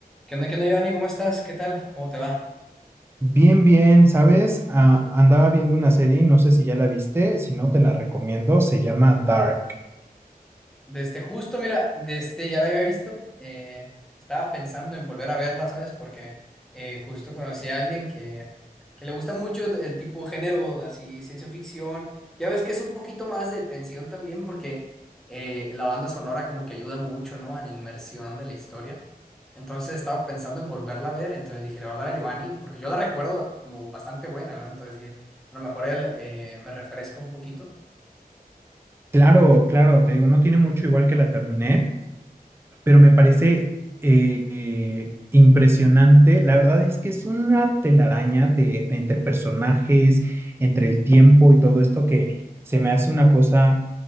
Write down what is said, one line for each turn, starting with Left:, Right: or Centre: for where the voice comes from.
Centre: ¿Qué onda, qué onda, Giovanni? ¿Cómo estás? ¿Qué tal? ¿Cómo te va?
Right: Bien, bien, ¿sabes? Ah, andaba viendo una serie y no sé si ya la viste, si no te la recomiendo, se llama Dark.
Centre: Desde justo, mira, desde ya la había visto. eh, estaba pensando en volver a verla, ¿sabes? Porque eh, justo conocí a alguien que, que le gusta mucho el tipo de género, así, ciencia ficción. Ya ves que es un poquito más de tensión también, porque eh, la banda sonora como que ayuda mucho, ¿no? A la inmersión de la historia. Entonces estaba pensando en volverla a ver, entonces dije, le voy a hablar a Giovanni, porque yo la recuerdo como bastante buena, ¿no? Entonces dije, a lo mejor él eh, me refresca un poquito.
Right: Claro, claro, te digo, no tiene mucho igual que la terminé, pero me parece eh, eh, impresionante. La verdad es que es una telaraña de, de entre personajes, entre el tiempo y todo esto que se me hace una cosa,